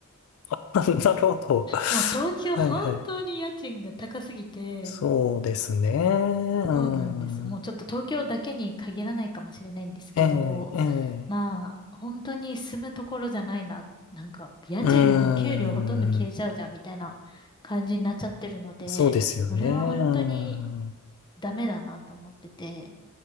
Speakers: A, on the left; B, on the left.
A: <laughs> なるほど。
B: もう東京本当に家賃が高すぎて、
A: はい、はい。そうですね。う
B: そうなんです。もうちょっと東京だけに限らないかもしれないんですけど、
A: ん。ええ、ええ。
B: まあ、本当に住むところじゃないな。なんか、家賃でもう給料ほとんど消えちゃうじゃんみたいな感じになっちゃってるので、
A: うーん。そうですよね。
B: それは本当に
A: うーん。う
B: ダメだなと思ってて。